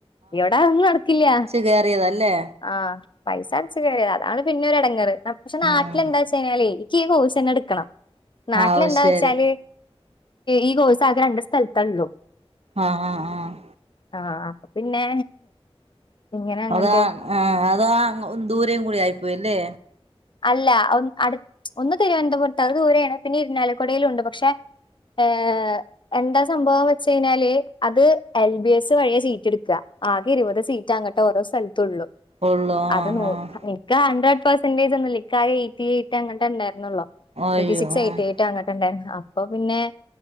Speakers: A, on the left; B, on the right.
A: ഇവിടൊന്നും അതൊന്നും നടക്കില്ല
B: കയറിയതല്ലേ
A: ആഹ് പൈസ അടച്ച് കയിയ അതാണ് പിന്നെ ഒരു എടങ്ങറ് പക്ഷെ നാട്ടിലെന്താ
B: ആഹ്
A: വെച്ച കഴിഞ്ഞാല് എനിക്ക് ഈ കോഴ്സ്ന്നെ എടുക്കണം നാട്ടിലെന്താ
B: ആഹ് അത് ശരി
A: വെച്ചാല് ഈ കോഴ്സ് ആകെ രണ്ട് സ്ഥലത്തള്ളൂ
B: ആഹ് ആഹ് ആഹ്
A: ആഹ് അപ്പോ പിന്നെ ഇങ്ങനെ അങ്ങണ്ട്
B: അതാ ആഹ് അതാ ദൂരേയും കൂടി ആയിപ്പോയില്ലേ
A: അല്ല അടു ഒന്ന് തിരുവനന്തപുരത്ത് അ ദൂരെയാണ് പിന്നെ ഇരുന്നാലക്കുടയിലുണ്ട് പക്ഷെ ഏഹ് എന്താ സംഭവന്ന് വെച്ച കഴിഞ്ഞാല് അത് എൽ ബി എസ് വഴിയ സീറ്റ് എടുക്ക ആകെ ഇരുപത് സീറ്റ് അങ്ങട്ടെ ഓരോ സ്ഥലത്ത ഉള്ളു
B: ഉള്ളൂ
A: അത്
B: ആഹ്
A: ന
B: ആഹ്
A: നിക്ക ഹൺഡ്രഡ് പെർസന്റേജ് ഒന്നും ഇല്ല എയ്റ്റി എറ്റ് അങ്ങട്ട ഉണ്ടായിരുന്നുള്ളോ
B: അയ്യോ
A: എയ്റ്റി സിക്സ് എയ്റ്റി
B: ആഹ്
A: എയ്റ്റ് അങ്ങോട്ടുണ്ടായി അപ്പൊ പിന്നെ